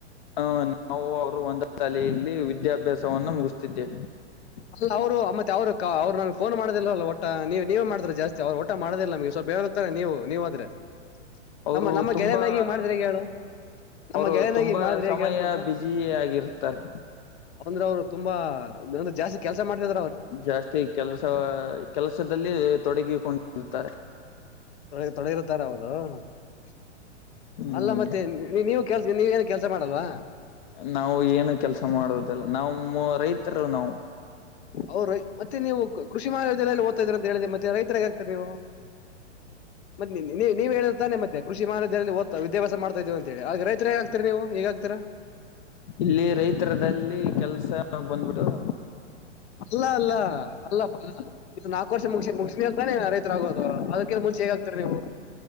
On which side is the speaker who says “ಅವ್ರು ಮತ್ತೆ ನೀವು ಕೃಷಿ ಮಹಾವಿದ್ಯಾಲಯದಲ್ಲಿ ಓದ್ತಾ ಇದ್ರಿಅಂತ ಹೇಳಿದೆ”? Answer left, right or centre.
Left